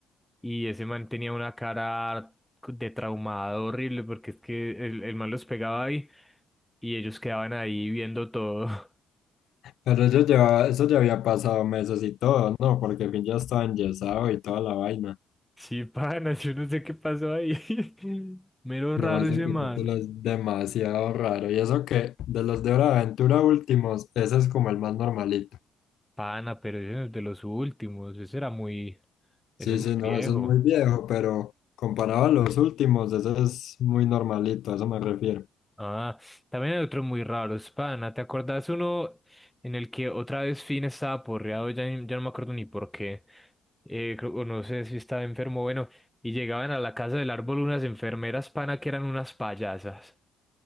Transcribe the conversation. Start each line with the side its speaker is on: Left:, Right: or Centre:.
Centre: y ese man tenía una cara de traumado horrible porque es que el, el man los pegaba ahí y ellos quedaban ahí viendo todo. <laughs>
Left: pero ellos llevaba, eso ya había pasado meses y todo, ¿no? Porque al fin ya estaba enyesado y toda la vaina.
Centre: Sí, pana, yo no sé qué pasó ahí. <laughs> Mero
Left: No,
Centre: raro
Left: ese
Centre: ese
Left: capítulo
Centre: man.
Left: es demasiado raro. Y eso que de los de Hora de Aventura últimos, ese es como el más normalito.
Centre: Pana, pero ese no es de los últimos, ese era muy, ese
Left: Sí,
Centre: es
Left: sí,
Centre: muy
Left: no,
Centre: viejo.
Left: eso es muy viejo, pero comparado a los últimos, ese es muy normalito, a eso me refiero.
Centre: Ah, también hay otros muy raros, pana. ¿Te acordás uno en el que otra vez Finn estaba porreado? Ya, ni- ya no me acuerdo ni por qué. Eh, creo- o no sé si estaba enfermo, bueno. Y llegaban a la casa del árbol unas enfermeras, pana, que eran unas payasas.